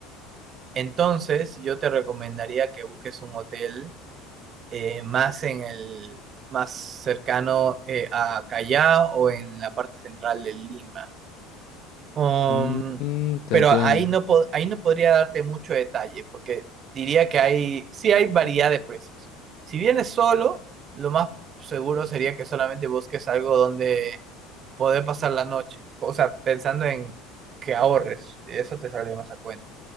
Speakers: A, on the right; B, on the left.
A: Entonces, yo te recomendaría que busques un hotel eh, más en el más cercano eh, a Callao o en la parte central de Lima. Um,
B: Mm, mm, te
A: pero
B: entiendo.
A: ahí no, po- ahí no podría darte mucho detalle, porque diría que hay, sí hay variedad de precios. Si vienes solo, lo más seguro sería que solamente busques algo donde poder pasar la noche. O sea, pensando en que ahorres, eso te saldría más a cuenta.